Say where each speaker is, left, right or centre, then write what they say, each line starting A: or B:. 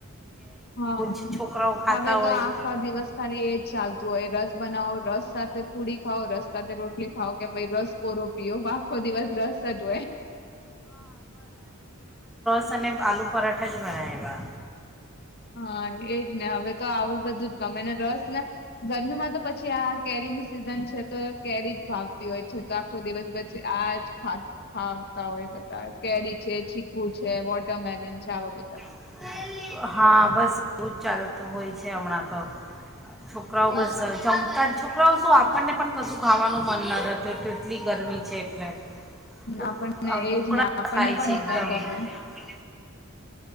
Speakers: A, on the left; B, in the centre.
A: હા
B: જ છોકરાઓ ખાતા
A: હવે
B: હોય
A: તો આખો દિવસ ખાલી એજ ચાલતું હોય રસ બનાવો રસ સાથે પૂડી ખાઓ રસ સાથે રોટલી ખાઓ કે ભ રસ કોરો પીઓ આખો દિવસ રસ જ હોય.
B: અનેને આલુ પરાઠા જે... બબ <unintelligible>
A: હા એજ ને હવે. તો આવું બધું જ ગમે ને રસ ને ગરમીમાં તો પછી આ કેરીની સિઝન છે તો કેરી જ ભાવતી હોય છે તો આખો દિવસ પછી આ જ ખાવતા હોય બધા કેરી છે ચીકુ છે વોટરમેલન છે આવા બધા.
B: બનાવ્યા હા બસ એવું જ ચાલ હોય છે અમણા તો છોકરાઓ બસ
A: એજ
B: જમતા જ છોકરાઓ શું આપ આપણને પણ કશું ખાવાનું મન ન રહેત તેટલી ગરમી છે એટલે ઉક
A: આપણને
B: આમ
A: એજ
B: ઉકળાટ
A: ને આપણને
B: થાય
A: પણ
B: છે એકદમ
A: ન ગમે.